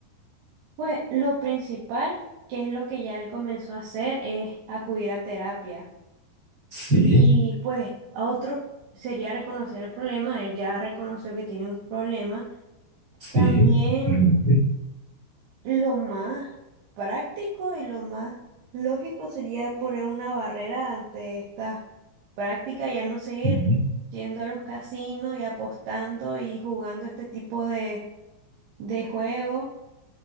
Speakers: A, on the right; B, on the right.
A: pues lo principal, que es lo que ya él comenzó a hacer, es acudir a terapia.
B: Sí,
A: Y pues a otro sería reconocer el problema, él ya reconoció que tiene un problema.
B: sí.
A: También
B: Ujú.
A: Lo más práctico y lo más lógico sería poner una barrera ante esta práctica, ya no seguir
B: Ujú.
A: yendo a los casinos y apostando y jugando este tipo de, de juego.